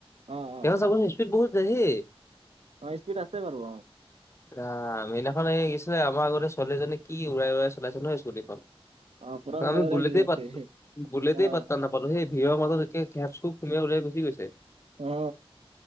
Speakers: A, on the right (about 80°); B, on the left (about 25°).
A: অ
B: <unintelligible>
A: অ
B: স্পৃড বহুত যায় ৰে।
A: অ স্পীড আছে বাৰু অহ,
B: আহ সেইনাখন এই আহিছিলে আমাৰ আগতে ছোৱালীজনী কি উৰাই উৰাই চলাইছে নহয় স্কুটিখন,
A: অ পুৰা উৰাই
B: আমি
A: উৰাই
B: বুলেতেই
A: ঘূৰি আছে
B: পাতা বুলেতেই
A: অ
B: পাতা নাপালো সেই ভিৰৰ মাজত একে, কেপ খু খুমাই ওলাই গুচি গৈছে।
A: উ